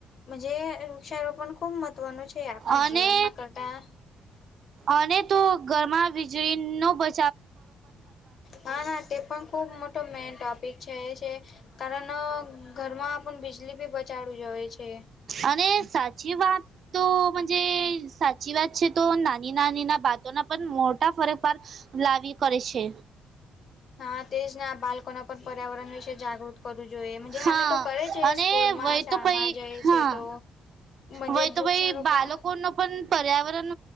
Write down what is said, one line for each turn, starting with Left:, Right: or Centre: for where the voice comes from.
Left: જ વૃક્ષારોપણ ખૂબ મહત્વનું છે આપણા
Right: અને
Left: જીવનમાં કરતા
Right: અને તો ઘરમાં વીજળી નો બ
Left: હા ના તે પણ ખુબ મોટો મેન ટોપિક છે એ છે કારણ ઘરમાં પણ બીજલી બી બચાડું જવે છે
Right: અને સાચી વાત
Left: હા
Right: જે સાચી વાત છે તો નાની નાની ના બાતોના પણ મોટા ફરક પર લાવી કરે છે
Left: <inaudible> હા તે જ ના બાળકોને પણ પર્યાવરણ વિશે જાગૃત કરવું જોઈએ
Right: હા
Left: હમી તો કરે છે
Right: અને
Left: સ્કૂલમાં
Right: વય
Left: શાળમાં
Right: તો પઈ
Left: જાય
Right: હા
Left: છે તો મજે
Right: વય
Left: <unintelligible> વૃક્ષારોપણ
Right: તો ભાઈ બાળકોનો પણ પર્યાવરણ